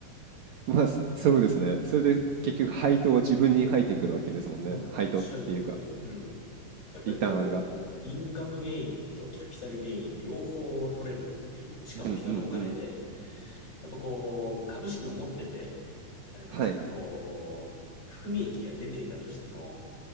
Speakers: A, on the right; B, on the left.
A: まあ、そそうですね。それで結局配当は自分に入ってくるわけですもんね。
B: そうなんですよ。うん。そうなんで、
A: 配当っていうか、
B: おっしゃる通りで。うん。やっぱりこう、
A: リターンが。
B: インカムゲインとキャピタルゲイン両方取れるっていう、しかも人のお金で、
A: うんうんうん。
B: やっぱこう、株式も持ってて、なんていうんですかね、
A: はい。
B: こう、含み益が出ていたとしても、